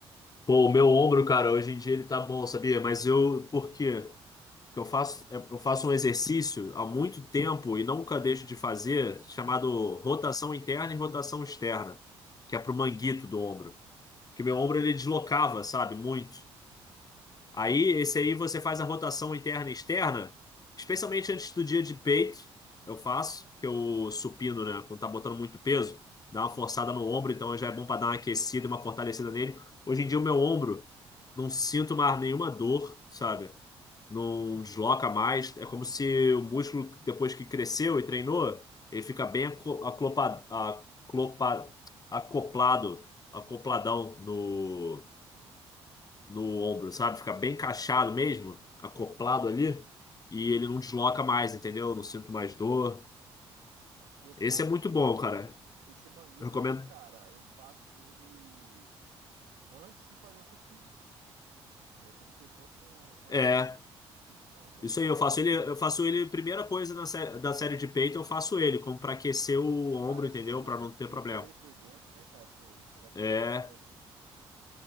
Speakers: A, on the left (about 35°); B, on the right (about 80°).
A: Pô, o meu ombro, cara, hoje em dia ele tá bom, sabia? Mas eu, por quê? Porque eu faço, é- eu faço um exercício há muito tempo e nunca deixo de fazer, chamado rotação interna e rotação externa, que é pro manguito do ombro. que meu ombro ele deslocava, sabe? Muito. Aí, esse aí você faz a rotação interna e externa, especialmente antes do dia de peito, eu faço, porque eu supino, né? Quando tá botando muito peso, dá uma forçada no ombro, então já é bom para dar uma aquecida, e uma fortalecida nele. Hoje em dia, o meu ombro, não sinto mais nenhuma dor, sabe? Não desloca mais. É como se o músculo, depois que cresceu e treinou, ele fica bem aclo- aclopa- aclopa- acoplado, acopladão no no ombro, sabe? Fica bem encaixado mesmo, acoplado ali, e ele não desloca mais, entendeu? Não sinto mais dor.
B: Eu faço
A: Esse é muito
B: esse,
A: bom, cara.
B: esse manguito
A: Eu recomendo.
B: aí, cara, eu faço ele antes de fazer o supino. É como se ele fosse um, um aquecimento,
A: É,
B: supino, cara. Ele
A: isso
B: é-
A: aí, eu faço ele, eu faço ele, primeira coisa na sé- da série de peito, eu faço ele, como pra aquecer o ombro,
B: parece
A: entendeu?
B: que você lubrifica
A: Pra não ter problema.
B: ele por dentro, né, cara? Você, você vai mexendo
A: É,
B: ele ali.